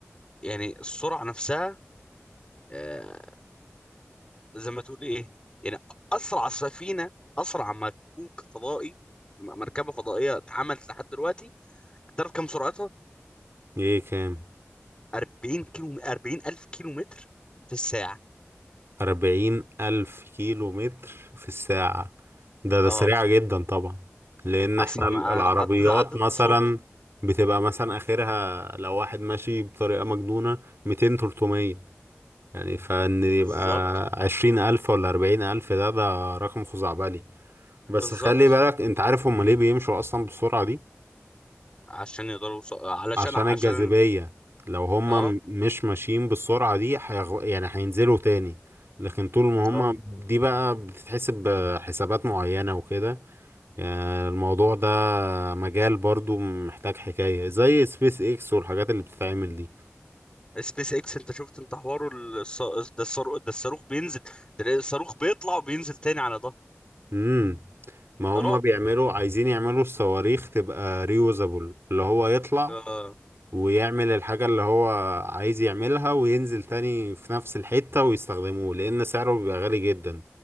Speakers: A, on the left; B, on the right.
A: يعني السرعه نفسها آه، زي ما تقول ايه يعني اسرع سفينه اسرع مكوك فضائي م- مركبه فضائيه اتعملت لحد دلوقتي تعرف كم سرعتها
B: ايه كام
A: 40 كيلو 40 الف كيلو متر في الساعه
B: أربعين ألف كيلو متر في الساعة ده ده
A: اه
B: سريعة جدا طبعا لأن
A: اسرع
B: احنا
A: ما
B: ال- العربيات
A: عدد عدد الصوت
B: مثلا بتبقى مثلا آخرها لو واحد ماشي بطريقة مجنونة ميتين تلتمية يعني فإن يبقى
A: بالظبط
B: عشرين ألف ولا أربعين ألف ده ده رقم خزعبلي بس
A: بالظبط
B: خلي بالك أنت عارف هما ليه بيمشوا أصلا بالسرعة
A: عشان يقدروا يوص- علشان
B: عشان
A: عشان
B: الجاذبية لو هما
A: اه
B: م- مش ماشيين بالسرعة دي هيغ... يعني هينزلوا تاني لكن طول ما هما
A: اه
B: دي بقى بتتحسب بحسابات معينة وكده يعني الموضوع ده مجال برضو محتاج حكاية زي سبيس اكس والحاجات اللي بتتعمل دي
A: سبيس اكس انت شفت انت حواره الص... ده الصاروخ ده الصاروخ بينزل تلاقي الصاروخ بيطلع وبينزل تاني على ظهره
B: امم ما
A: ده
B: هما
A: رعب
B: بيعملوا عايزين يعملوا الصواريخ تبقى ريوزابل اللي هو يطلع
A: اه
B: ويعمل الحاجة اللي هو عايز يعملها وينزل تاني في نفس الحتة ويستخدموه لأن سعره بيبقى غالي جدا